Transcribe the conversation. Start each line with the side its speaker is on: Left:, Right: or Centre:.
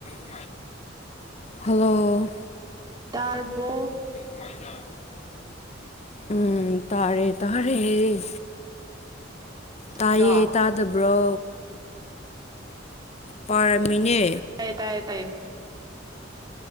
Left: ꯑ <inaudible> ꯍꯜꯂꯣ
Right: ꯇꯥꯔꯕꯣ
Left: <unintelligible> ꯎꯝ ꯇꯥꯔꯦ ꯇꯥꯔꯦ ꯇꯥꯏꯌꯦ
Right: ꯔꯣ
Left: ꯇꯥꯗꯕ꯭ꯔꯣ ꯄꯥꯔꯝꯃꯤꯅꯦ
Right: ꯇꯥꯏꯌ‌ꯦ ꯇꯥꯏꯌ‌ꯦ ꯇꯩꯌ‌ꯦ